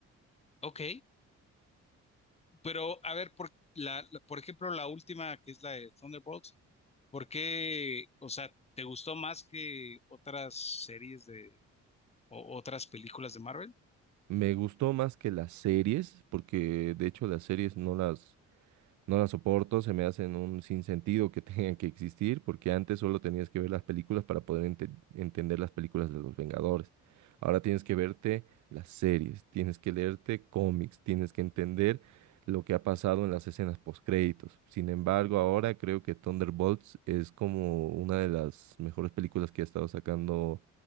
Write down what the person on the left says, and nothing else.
ok. Pero a ver, por, la, la- por ejemplo, la última que es la de Thunderbolts, ¿por qué, o sea, te gustó más que otras series de o otras películas de Marvel?